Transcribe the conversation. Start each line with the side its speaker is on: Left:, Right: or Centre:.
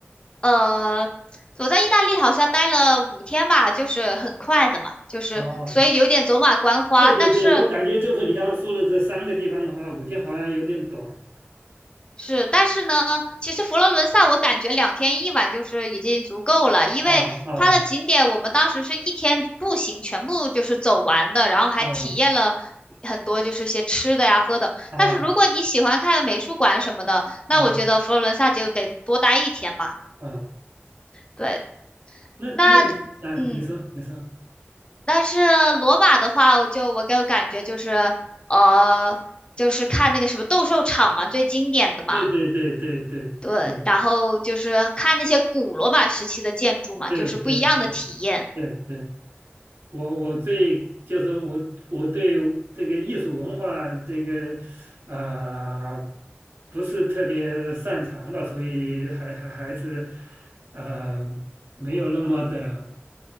Left: 呃，我在意大利好像待了五天吧，就是很快的嘛，就是所以有点走马观花，
Right: 哦，对对对，
Left: 但是
Right: 我感觉就是你刚刚说的这三个地方的话，五天好像有点短。
Left: 是，但是呢，其实佛罗伦萨我感觉两天一晚就是已经足够了，因为它的景点我们当时是一天步行全部就是走完的，
Right: 啊啊
Left: 然后还体验了很多就是些吃的呀、
Right: 啊！
Left: 喝的。
Right: 啊
Left: 但是如果你喜欢看美术馆什么的，那我觉得佛罗伦萨就得多待一天嘛。
Right: 啊啊！
Left: 对，
Right: 那那你啊，
Left: 那嗯，
Right: 你说你说，
Left: 但是罗马的话，我就我给我感觉就是呃，就是看那个什么斗兽场嘛，最经典的嘛。
Right: 对对对对对对
Left: 对，然后就是看那些古罗马时期的建筑嘛，
Right: 对对对对对，
Left: 就是不一样的体验。
Right: 我我最就是我我对这个艺术文化这个呃不是特别擅长吧，所以还还还是呃没有那么的